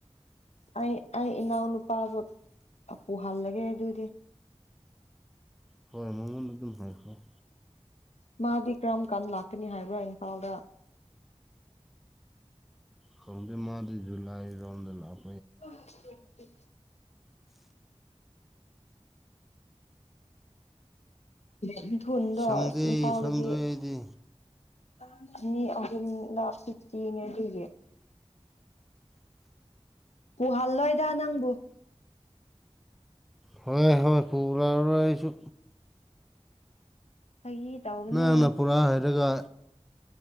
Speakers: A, on the left (about 70°); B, in the centre.
A: ꯑꯩ ꯑꯩ ꯏꯅꯥꯎ ꯅꯨꯄꯥ ꯄꯨꯍꯜꯂꯒꯦ ꯑꯗꯨꯗꯤ
B: ꯍꯣꯏ ꯃꯃꯣꯟ ꯑꯗꯨꯝ ꯍ <unintelligible>
A: ꯃꯥꯗꯤ ꯀꯔꯝ ꯀꯥꯟ ꯂꯥꯛꯀꯅꯤ ꯍꯥꯏꯕ꯭ꯔꯥ ꯏꯝꯐꯥꯜꯗ
B: ꯈꯪꯗꯦ ꯃꯥꯗꯤ ꯖꯨꯂꯥꯏ ꯔꯣꯝꯗ ꯂꯥꯛ
A: ꯍ ꯎ ꯎ <unintelligible> ꯊꯨꯟꯗꯣ
B: ꯁꯪꯗꯦ
A: ꯑꯁ ꯏꯝꯐꯥꯜꯗꯗꯤ
B: ꯁꯪꯗ꯭ꯔꯦ ꯑꯩꯗꯤ
A: ꯑꯅꯤ ꯑꯍꯨꯝꯂꯛ ꯐꯤꯐꯇꯤꯅꯦ ꯑꯗꯨꯒꯤ ꯄꯨꯍꯜꯂꯣꯏꯗ ꯅꯪꯕꯨ
B: ꯍꯣꯏ ꯍꯣꯏ ꯐꯨꯒ꯭ꯔꯔꯣꯏ ꯑꯩꯁꯨ
A: ꯐꯥꯒꯤ ꯇꯧꯕꯅꯦ
B: ꯅꯪꯅ ꯄꯨꯔꯥ ꯍꯥꯏꯔꯒ